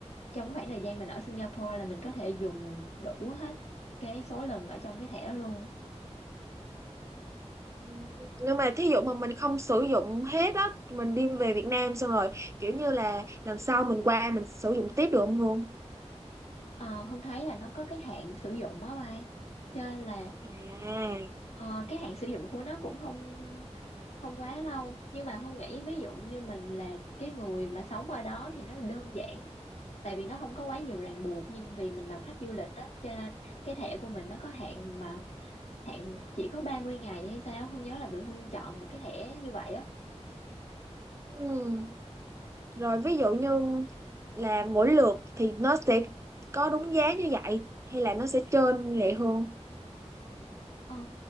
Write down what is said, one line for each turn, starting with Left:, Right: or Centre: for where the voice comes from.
Left: trong khoảng thời gian mình ở Singapore là mình có thể dùng đủ hết cái số lần ở trong cái thẻ đó luôn
Right: Ừm, Nhưng mà thí dụ mà mình không sử dụng hết á, mình đi về Việt Nam xong rồi kiểu như là lần sau mình qua mình sử dụng tiếp được không Hương?
Left: Ờ, Hương thấy là nó có cái hạn sử dụng á bay cho nên là
Right: À,
Left: ờ, cái hạn sử dụng của nó cũng không không quá lâu nhưng mà Hương nghĩ ví dụ như mình là cái người mà sống ở đó thì nó đơn giản tại vì nó không có quá nhiều ràng buộc nhưng vì mình là khách du lịch đó cho nên cái thẻ của mình nó có hạn mà hạn chỉ có 30 ngày hay sao không nhớ là tụi Hương chọn một cái thẻ như vậy á
Right: ừm. Rồi ví dụ như là mỗi lượt thì nó sẽ có đúng giá như vậy hay là nó sẽ trên lệ Hương?
Left: Ờ,